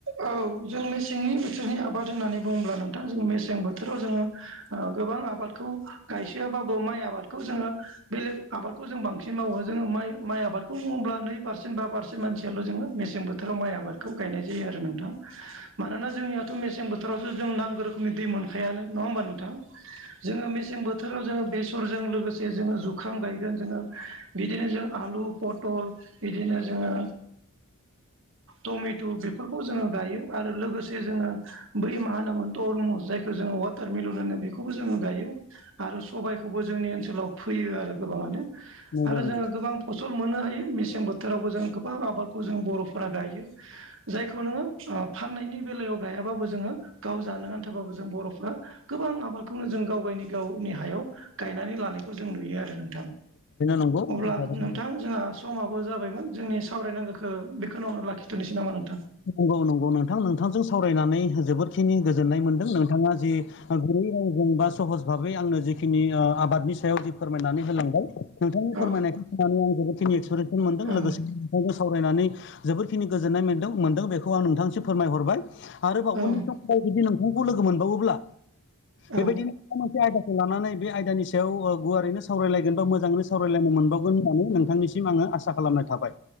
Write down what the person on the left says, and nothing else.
नंगौ
नंगौ
थारैनो नंगौ
नंगौ नंगौ नोंथां नोंथांजों साव रायनानै जोबोदखिनि गोजोननाय मोनदों नोंथाङा जि गुरै रावजों बा सहज भाबै आंनो जिखिनि आबादनि सायाव जि फोरमायनानै होलांबाय नोंथांनि फोरमायनायखौ
नोनानै आं जोबोदखिनि एक्सपिरियेस मोनदों
लोगोसे नोंथांजों सावरायनानै जोबोरखिनि गोजोननाय मोनदों मोनदों बेखौ आं नोंथांसो फोरमायहरबाय आरोबाव
उननि समफ्राव जुदि नोंथांखौ लोगो मोनबावोब्ला
बेबायदिनो माबा मोनसे आयदाखौ लानानै बे आयदानि सायाव गुवारैनो सावरायलायगोन बा मोजाङै सावरायलायनो मोनबावगोन होननानै नोंथांनिसिम आङो आसा खालामनाय थाबाय